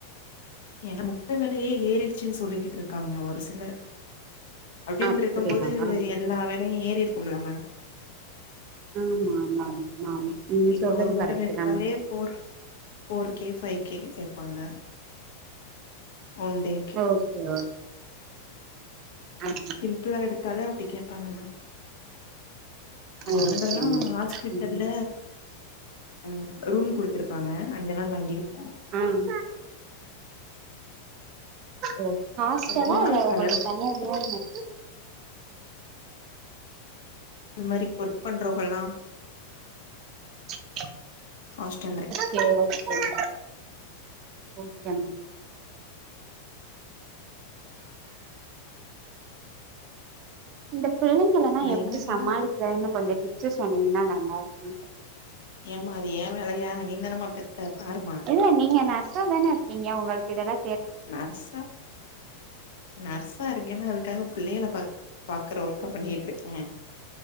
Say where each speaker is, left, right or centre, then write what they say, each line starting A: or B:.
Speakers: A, on the left; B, on the right.
A: ஏனா முட்ட வெலயே ஏறிடுச்சுன்னு சொல்லிட்டு இருக்காங்க ஒரு சிலர் அப்டின்டுருக்கும்போது
B: அப்டியா ஆமா
A: எல்லா வேலையு ஏறிருக்கும்ல மேம்
B: ஆமா ஆமா ஆமா நீங்க
A: இப்ப
B: சொல்றது
A: ஒரு ஹோட்டல்
B: கரெக்ட்தாமா
A: எடுத்தாலே four four K five K கேப்பாங்க ஒன் டே
B: ஓகே ஓகே அ
A: ம்பிளா எடுத்தாலே அப்டி கேப்பாங்க மேம் ப்ப நாங்கல்லா
B: ஓகே மேம்
A: ஹாஸ்பிட்டல்ல
B: ம்
A: ம் ரூம் குடுத்துருக்காங்க அங்கதா தங்கிருக்கோ
B: ஆம் ஓ ஹாஸ்டலா
A: ரொம்ப நாள்
B: இல்ல ஒங்களுக்கு
A: கலவு
B: தனியா ரூம்மு
A: அது மாதிரி ஒர்க் பண்றவங்கள்ளா
B: ஆ <inaudible>
A: ஹாஸ்டல்லு
B: ஓ செரி மேம் ஓகே மேம் இந்த பிள்ளைங்கலலா
A: கிளைமேட்லா
B: எப்டி சமாளிக்கிறேனு கொஞ்ச டிப்ஸ் சொன்னீங்கனா நல்லாருக்கு
A: ஏமா அது ஏ வேலையா நீந்தானமா பெத்த பாருமா
B: இல்ல நீங்க நர்சா தான இருக்கீங்க ஒங்களுக்கு இதல்லா
A: நர்சா நர்சா இருக்கேனா அதுக்காக பிள்ளைகள பா பாக்குற ஒர்க்கா பண்ணிட்ருக்கே